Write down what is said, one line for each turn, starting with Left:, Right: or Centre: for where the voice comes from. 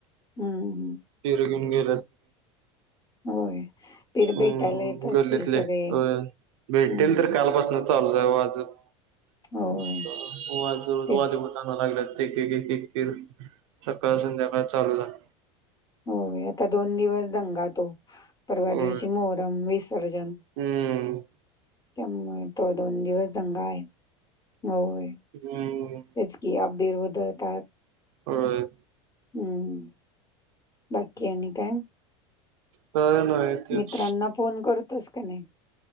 Left: हं.
Right: फिर घेऊन गे
Left: होय. पीर
Right: हम्
Left: भेटायला येत असतील
Right: गर्लीतले
Left: सगळे.
Right: अ भेटेल
Left: हं.
Right: तर कालपास नव्ह चालू आहे आजज
Left: होय, तेच.
Right: वाजे प लागलेत <unintelligible> एक, एक, एक, एक, सकाळ संध्याकाळ चालू झाला.
Left: हो आता दोन दिवस दंगा तो, परवा
Right: होय
Left: दिवशी मोहरम विस विसर्जन,
Right: हम्म
Left: त्यामुळे तो दोन दिवस दंगा आहे. होय त्याच
Right: हम्म
Left: कि अबबीर होदतात <unintelligible>
Right: होय.
Left: हम् बाकी आणि काय?
Right: काय नाही तेच
Left: मित्रांना फोन करतोस का नाही?